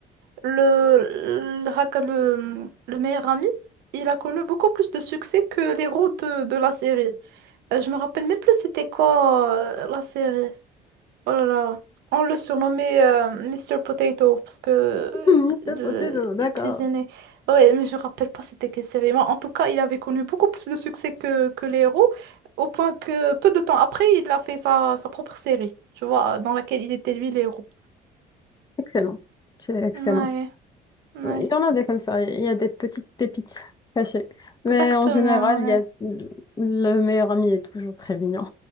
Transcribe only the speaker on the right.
le, le, haka- le, le meilleur ami. Il a connu beaucoup plus de succès que l'héros de, de la série. Euh, je me rappelle même plus c'était quoi euh, la série. Oh là là. On le surnommait euh, Mr. Potato parce que
euh,
il, il cuisinait. Ouais, mais je me rappelle pas c'était quelle série. Mais En tout cas, il avait connu beaucoup plus de succès que, que les héros, au point que peu de temps après, il a fait sa, sa propre série, tu vois, dans laquelle il était lui les héros.
Ouais, ouais,
exactement,
ouais,